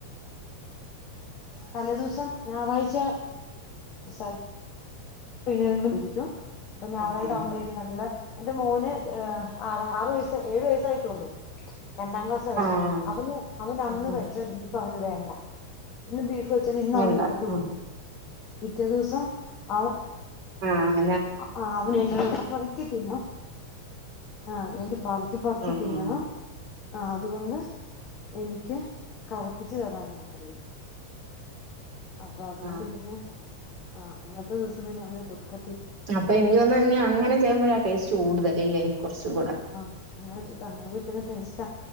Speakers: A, on the left (about 35°); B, on the right (about 45°).
A: തലേ ദിവസം ഞായറാഴ്ച <unintelligible> വൈകുന്നേരങ്ങളും ഇരിക്കും അപ്പൊ ഞായറായി
B: ആ ആ
A: ആകുമ്പഴേക്കും നല്ല എന്റെ മോന് ആ ആറ് വയസ് ഏഴു വയസ്സായിട്ടൊള്ളു രണ്ടാം ക്ലാസ് വരെ
B: ആ ആ.
A: അവന് അവന്
B: ആ
A: അന്ന്
B: ആ
A: വെച്ച ബീ അവന് വേണ്ട എന്ന് ബീഫ് വെച്ചത് ഇന്നവൻ
B: വേണ്ട
A: കൂട്ടല
B: ഉം
A: പിറ്റേ ദിവസം അ
B: ആഹ്
A: ആ അവന എന്നോ പറക്കി തിന്ന ആഹ് എനക്ക് പറക്കി പറക്കി
B: ഉം
A: തിന്നണം ആ അതുകൊണ്ട് എനിക്ക് കറപ്പിച്ച് തരാനൊക്കെ പറയും അപ്പൊ അതുകൊണ്ട്
B: ആ
A: പിന്നെ ആഹ് അന്നത്തെ ദിവസം പിന്നെ അവന് കൊടുക്ക
B: അപ്പൊ എനിക്ക് തോന്നുന്നേ ന്നി അങ്ങനെ ചെയ്യുമ്പഴ ടേസ്റ്റ് കൂടുതല് ല്ലേ കുറച്ചും കൂടി
A: ആ അങ്ങനിഷ്ട <unintelligible> ടേസ്റ്റ